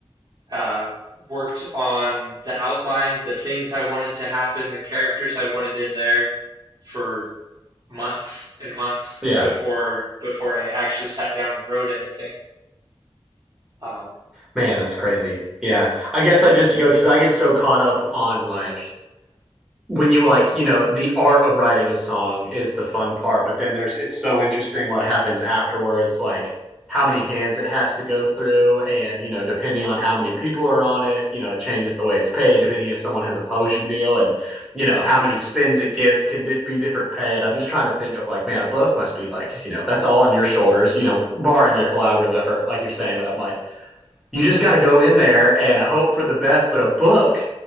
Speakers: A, on the right (about 40°); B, in the centre.
A: um, worked on the outline, the things I wanted to happen, the characters I wanted in there for months and months
B: Yeah.
A: before before I actually sat down and wrote anything. Um,
B: Man, that's crazy. Yeah. I guess I just, you know, because I get so caught up on like when you like you know the art of writing a song is the fun part but then there's it's so interesting what happens afterwards like how many hands it has to go through and you know depending on how many people are on it you know it changes the way it's paid depending if someone has a publishing deal and you know how
A: mhm.
B: many spins it gets can di- be different pay and i'm just trying to think of like man a book must be like you know that's all on your shoulders you know barring a collaborative effort like you're saying but i'm like you just got to go in there and hope for the best. But a book